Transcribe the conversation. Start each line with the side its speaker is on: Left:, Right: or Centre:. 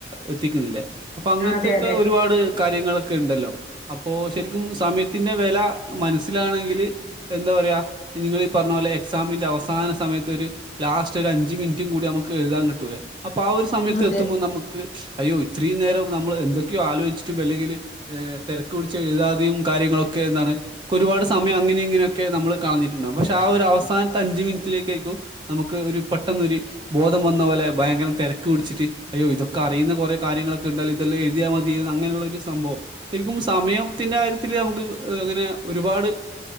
Right: എത്തിയിട്ടില്ലേ അപ്പൊ അങ്ങനത്തെൊക്കെ
Left: അതെ അതെ
Right: ഒരുപാട് കാര്യങ്ങളൊക്കെ ഉണ്ടല്ലോ അപ്പൊ ശരിക്കും
Left: അതെ
Right: സമയത്തിന്റെ വില മനസ്സിലാണെങ്കിൽ എന്താ പറയുക നിങ്ങീഈ പറഞ്ഞ പോോലെ എക്സാമിൻ്റെ അവസാന സമയത്തഒരു ലാസ്റ്റ് ഒരു അഞ്ചു മിനിറ്റും കൂടി നമുക്ക് എഴുതാൻ കിട്ടൂലേ അപ്പൊ ആ ഒരു സമയത്ത്
Left: അതെ.
Right: എത്തുമ്പോൾ നമുക്ക് അയ്യോ ഇത്രയും നേരം നമ്മൾ എന്തൊക്കെയോ ആലോചിച്ചിട്ടും അല്ലെങ്കിൽതിര കുച്ച് എഴുതാതും കയങ്ങളൊക്കെ എന്താണ് ഒരുപാട് സമയംങ്ങന ഇങ്ങനൊക്കെ നമ്മൾ കാണിട്ടുണ്ടകും പക്ഷെ ഒരു അവസാനത്തെ അഞ്ച മിനിറ്റിലേക്ക ആയിരിക്കോ നമുക്ക് ഒരു പെട്ടെന്നൊ ഒരു ബോധം വന്ന പോലെ ഭയങ്കര തിരക്ക് കുടിച്ച് അയോ ഇതൊക്കെ അറുന്ന കുറേ കാര്യങ്ങളൊക്കെ ഉണ്ടാൽ ഇതൊം എഴതിയാൽ മതി അങ്ങനുള്ള ഒരു സംഭവം ശരിക്ക സമയത്തിന്റെറെ കാര്യത്തിൽ നമുക്ക് അങ്ങനെ ഒരുപാട്